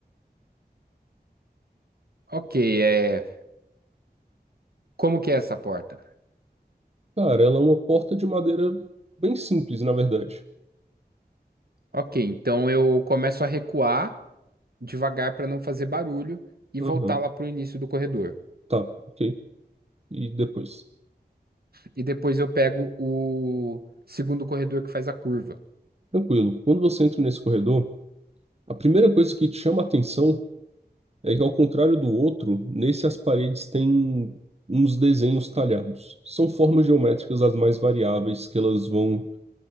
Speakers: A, on the right; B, on the right.
A: Ok, é. Como que é essa porta?
B: Cara, ela é uma porta de madeira bem simples, na verdade.
A: Ok, então eu começo a recuar devagar para não fazer barulho e
B: Aham.
A: voltar lá pro início do corredor.
B: Tá, ok. E depois?
A: e depois eu pego o segundo corredor que faz a curva.
B: Tranquilo. Quando você entra nesse corredor, a primeira coisa que te chama a atenção É que, ao contrário do outro, nesse as paredes têm uns desenhos talhados. São formas geométricas as mais variáveis, que elas vão,